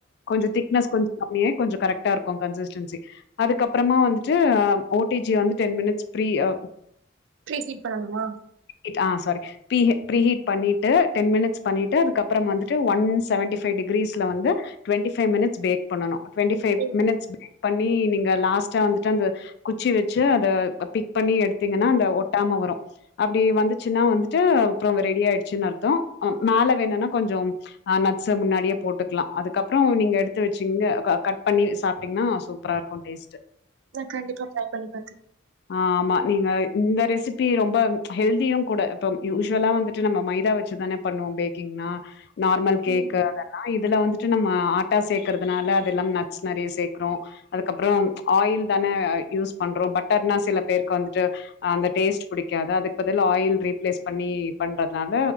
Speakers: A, on the left; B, on the right.
A: கொஞ்சோ திக்னஸ் கொஞ்ச கம்மியே கொஞ்சோ கரெக்டா இருக்கு கசிஸ்டன்சி அதுக்கப்றமா வந்துட்டு அ ஓ டி ஜி வந் டென் மினிட்ஸ் ப்ரி அ
B: ப்ரீஹீட் பண்ணணுமா
A: ஹீட் ஆ சாரி பீஹீ் ப்ரீஹீட் பண்ணிட்டு டன் மினிட்ஸ் பண்ணிட்டு அதுக்கப்புறம் வந்துட்டு ஒன் செவன்டி ஃபைவ் டிகிரீஸ் ஸ்ல வந்து டுவென்டி ஃபை மினிட்ஸ் பேக் பண்ணலா டுவென்டி ஃபை
B: ம்
A: மினிட்ஸ் பேக் பண்ணி நீங்க லாஸ்ட்டா வந்துட்டு அந்த குச்சி வச்சு அந்த பிக் பண்ணி எடுத்தீங்கன்னா அந்த ஒட்டாம வரு அபடி வந்துச்னா வந்துட் ப்ரோ ரெடி ஆயிட்ச்னு அர்த்தோ நாள வேணுன்ணா கொஞ்சோ அ நட்ஸ் முன்னாடியே போட்டுக் லா அதுக்கப்றோ நீங்க எடுத்து வச்சீங்க கட் பண்ணி சாப்பிட்டீங்கன்னா சூப்பரா இருக்கு டேஸ்ட்டு
B: ந கண்டிப்பா ட்ரை பண்ணி பாத்து
A: ஆமா. நீங்க இந்த ரெசிபி ரொம்ப ஹெல்தியும் கூட இப்ப யூஸ்ுவலா வந்துட்டு நம்ம மைதா வச்சுதானே பண்ணுவோ பேக்கிங்னா நார்மல் கேக்கு
B: ம்
A: அதெல்லா இதுல வந்துட்டு நம்ம ஆட்டா சேர்க்கறதுனால அததுெல்லா நட்ஸ் நெறைய சேர்க்குறோ அதுக்கப்றோ ஆயில் தானே யூஸ் பண்றோ பட்டர்னா சில பேருக்கு வந்துட்டு அந்த டேஸ்ட் பிடிக்காது அதுக்கு பதில் ஆயில் ரீப்ளேஸ் பண்ணி பண்றதுனால